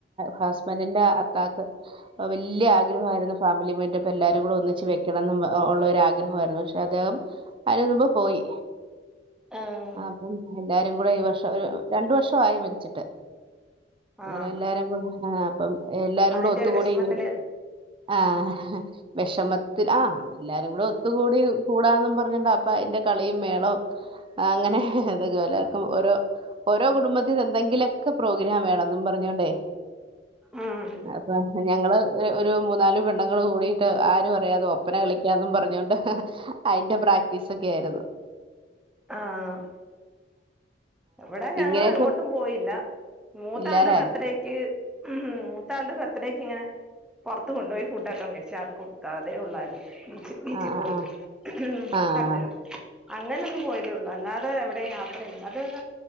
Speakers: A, on the right; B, in the centre.
A: ഹസ്ബന്റിന്റെ അത്താക്ക് വല്ല്യ ആഗ്രഹായിരുന്നു ഫാമിലി <unintelligible> എല്ലാരും കൂടെ ഒന്നിച്ചു വെക്കണംന്നും ഉള്ള ഒരു ആഗ്രഹായിരുന്നു പക്ഷെ അദ്ദേഹം അതിന് മുമ്പ് പോയി
B: ആഹ്
A: അപ്പം എല്ലാരും കൂടെ ഈ വർഷം ഒരു രണ്ട വർഷ ആയി മരിച്ചിട്ട് അങ്ങനെ
B: ആഹ്
A: എല്ലാരും കൂടേ ആ എല്ലാരും
B: അതിന്റെ
A: കൂടെ ഒത്തുകൂടി
B: ഒരു വിഷമത്തില്
A: ഈഒരു ആഹ് വഷമത്തിൽ ആഹ എല്ലാരും കൂടെ ഒത്തുകൂടി കൂടാന്നും പറഞ്ഞോണ്ട് അപ്പൊ അതിന്റെ കളിയും മേളവും അങ്ങനെ ഹ്‌ ഹ് അത ക്കെഎല്ലാർക്കും ഓരോ ഓരോ കുടുംബത്തിന് എന്തെങ്കിലൊക്കെ പ്രോഗ്രാം വേണെന്നും പറഞ്ഞോണ്ടേ
B: ഉം
A: അപ്പൊ ഞങ്ങള് ഒരു മൂന്നാലല് പെണ്ണ്ങ്ങൾ ങ്കൂടിട്ട് ആരും അറി യാതെ ഒപ്പന കളിക്കാന്നും പറഞ്ഞോണ്ട് ഹ് ഹ്‌ അയിന്റെ പ്ര പ്രാക്ടീസ് ഒക്കെ ആയിരുന്നു <inaudible>
B: ആഹ് ഇവിടെ ഞങ്ങൾ
A: ഇങ്ങനെയൊക്കെ
B: എങ്ങോട്ടും പോയില്ല മൂത്താള്ടെബർത്ത്ഡേക്ക്
A: ഇല്ലാലേ
B: ഉം മൂത്ത ആള്ടെ ബർത്ത്ഡേക്ക് ഞാൻ പൊറത്ത് കൊണ്ടോയി ഫുഡ്ക്കെ മേടിച്ചാൽ കൊടുത്താ അതേ ഉള്ളാര് ഈച്ച് ഈച്ചിപ്പോയി
A: ആഹ് ആഹ് ആഹ്
B: ഇഹ് ഹ്
A: ആഹ്
B: തട്ട്ക അങ്ങനൊന്ന് പോയതേള്ളൂ അല്ലാതെ എവിടെ യാത്ര അത്